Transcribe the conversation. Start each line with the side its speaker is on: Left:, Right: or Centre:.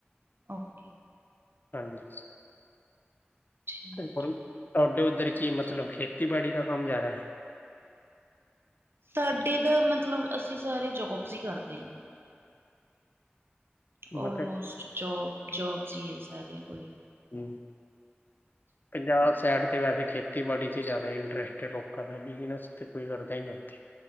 Right: ਓਕੇ।
Left: ਹਾਂਜੀ।
Right: ਠੀਕ
Left: ਕਰੇ ਪਰਮ,
Right: ਹੈ।
Left: ਤੁਹਾਡੇ ਉੱਧਰ ਕੀ ਮਤਲਬ, ਖੇਤੀਬਾੜੀ ਦਾ ਕੰਮ ਜਾਦਾ ਐ?
Right: ਸਾਡੇ ਤਾਂ ਮਤਲਬ, ਅਸੀਂ ਸਾਰੇ ਜੋਬਜ਼ ਈ ਕਰਦੇ ਆ। ਔਲਮੋਸਟ
Left: ਮਤਲਬ
Right: ਜੋਬ, ਜੋਬਸ ਈ ਏ ਸਾਰਿਆਂ ਕੋਲ ਏਹ।
Left: ਹਮ, ਪੰਜਾਬ ਸੈਡ ਤੇ ਵੈਸੇ ਖੇ ਖੇਤੀਬਾੜੀ ਚ ਜ਼ਿਆਦਾ ਇੰਟਰਸਟ ਹੈ ਲੋਕਾਂ ਦਾ, ਬਿਜਨਸ ਤਾਂ ਕੋਈ ਕਰਦਾ ਹੀ ਨਹੀਂ ਉੱਥੇ।